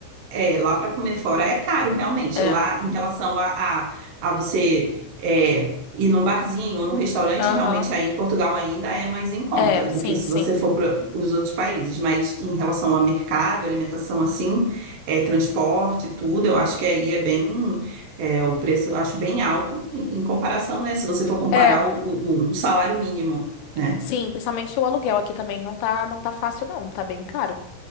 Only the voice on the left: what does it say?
É.
Aham.
É, sim,
sim.
É,
sim, principalmente o aluguel aqui também não tá, não tá fácil, não. Tá bem caro.